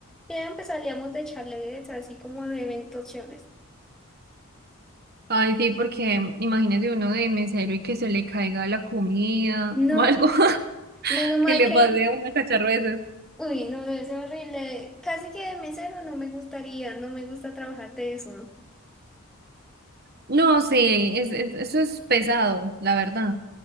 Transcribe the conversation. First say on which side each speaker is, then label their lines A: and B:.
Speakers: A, in the centre; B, on the right.
A: bien, pues salíamos de charletes, así como de eventos chéveres.
B: Ay, sí, porque imagínese uno de mesero y que se le caiga la comida
A: No,
B: o algo <laughs>
A: menos mal
B: que le
A: que
B: pase a una cacharro de esos.
A: Uy, no, debe ser horrible. Casi que de mesero no me gustaría, no me gusta trabajar de eso. ¿no?
B: No, sí, es, es- eso es pesado, la verdad.